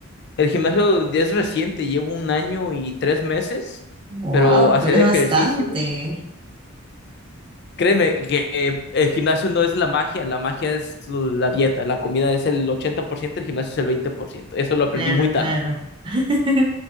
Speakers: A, on the left; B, on the right.
A: el gimnasio es reciente, llevo un año y tres meses,
B: Wow,
A: pero hacer
B: pero es
A: ejercicio,
B: bastante.
A: créeme que eh, el gimnasio no es la magia, la magia es la dieta, la comida es el ochenta por ciento el gimnasio es el veinte por ciento eso lo aprendí
B: Claro,
A: muy tarde.
B: claro. <laughs>